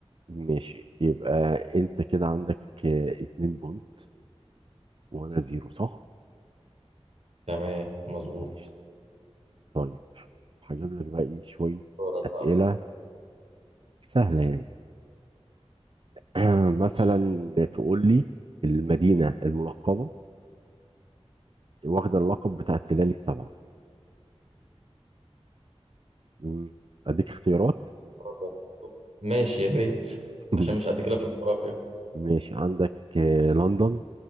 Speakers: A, on the right (about 55°); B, on the right (about 75°).
A: ماشي يبقى انت كده عندك آه، اتنين بونت وانا زيرو صح
B: تمام مظبوط
A: ماشي طيب هجيب لك بقى ايه شويه
B: دورك
A: اسئله
B: بقى في
A: سهله يعني <clears throat>
B: الجغرافيا.
A: مثلا تقول لي المدينه الملقبه واخده اللقب بتاع التلال السبعه مم. اديك اختيارات
B: اتفضل. ماشي يا ريت
A: <laughs>
B: عشان مش قد كده في الجغرافيا
A: ماشي عندك آه، لندن